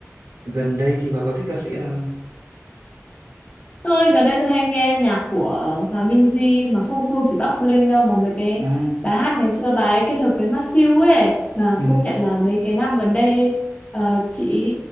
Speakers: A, on the right; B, on the left.
A: gần đây thì bà có thích ca sĩ nào không?
B: Tôi gần đây tôi hay nghe nhạc của Hòa Minzy mà không không chỉ Bắc Bling đâu mà mấy cái
A: À,
B: bài hát ngày xưa bà ấy kết hợp với Masew siêu ấy mà
A: ừ,
B: công nhận là mấy cái năm gần đây ờ, chị